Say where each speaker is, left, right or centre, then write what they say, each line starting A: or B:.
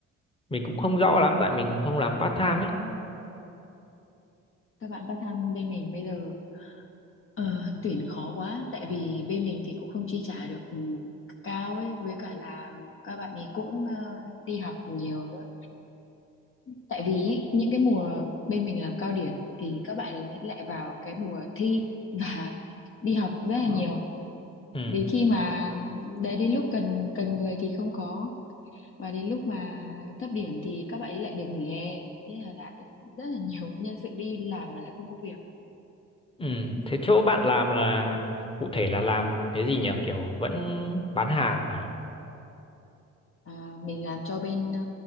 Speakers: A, on the left (about 20°); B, on the left (about 45°).
A: mình cũng không rõ lắm tại mình không làm part time ấy
B: Các bạn part time bên mình bây giờ ờ, tuyển khó quá tại vì bên mình thì cũng không chi trả được ừ, cao ấy với cả là các bạn ấy cũng ờ, đi học nhiều nữa. Tại vì ý, những cái mùa bên mình làm cao điểm thì các bạn ấy lại vào cái mùa thi và đi học rất là nhiều
A: ừ
B: đến khi mà đấy đến lúc cần cần người thì không có và đến lúc mà thấp điểm thì các bạn ấy lại được nghỉ hè thế là lại rất là nhiều <laughs> nhân sự đi làm mà lại không có việc
A: ừ thế chỗ bạn làm là cụ thể là làm cái gì nhỉ kiểu vẫn bán hàng à
B: à, mình làm cho bên ờ,